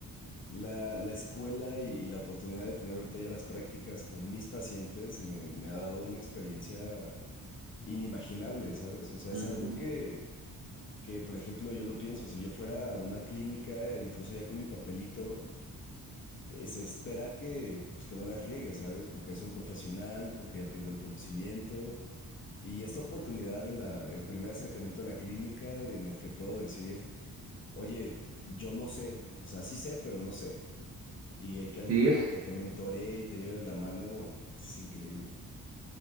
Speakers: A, on the left; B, on the right.
A: la, la escuela y, y la oportunidad de tener ahorita ya las prácticas con mis pacientes me, me ha dado una experiencia inimaginable, ¿sabes? O sea, es
B: Ujú.
A: algo que, que, por ejemplo, yo lo pienso, si yo fuera a una clínica, incluso ya con mi papelito. eh, se espera que, pues, que no la riegue, ¿sabes? Porque es un profesional, porque ya tengo el conocimiento. Y esta oportunidad en la, el primer acercamiento a la clínica en el que puedo decir, oye, yo no sé, o sea, sí sé, pero no sé. Y hay que alguien
B: ¿Sí
A: como
B: es?
A: que te mentoree y te lleve de la mano, es increíble.